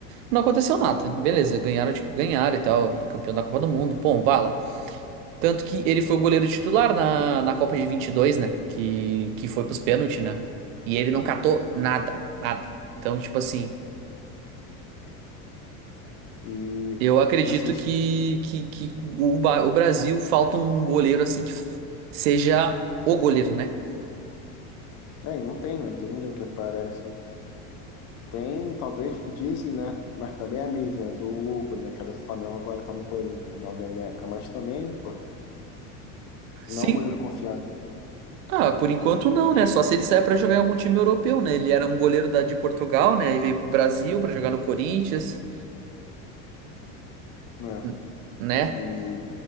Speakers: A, on the right (about 70°); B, on the left (about 45°).
A: Não aconteceu nada, beleza, ganharam, tipo, ganharam e tal, campeão da Copa do Mundo, bom, bala. Tanto que ele foi o goleiro titular na, na Copa de vinte e dois né? Que, que foi pros pênaltis, né? E ele não catou nada, nada. Então, tipo assim.
B: E
A: Eu acredito
B: vocês.
A: que, que, que o, Ba- o Brasil falta um goleiro assim que f- seja o goleiro, né?
B: Aí não tem, né? Não tem ninguém que aparece. Tem, talvez, dizem, né? Mas também é a mídia né? do Hugo, né? Que era do Flamengo, agora tá no Corinthians, não, Neneca. Mas também, pô,
A: Sim,
B: não é um goleiro confiável,
A: Ah, por enquanto não, né? Só se ele sair pra jogar em algum time europeu, né? Ele era um goleiro da, de Portugal, né? E veio pro Brasil pra jogar no Corinthians,
B: né?
A: n- né?
B: E